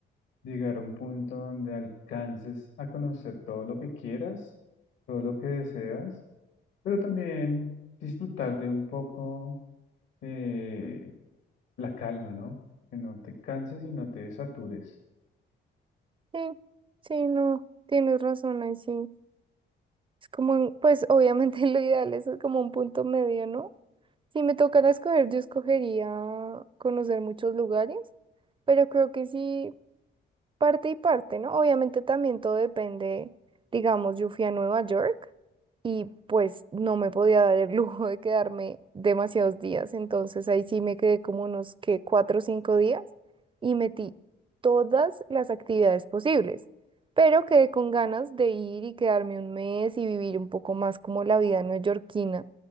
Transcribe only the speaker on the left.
llegar a un punto donde alcances a conocer todo lo que quieras, todo lo que deseas, pero también disfrutar de un poco eh, la calma, ¿no? Que no te canses y no te satures.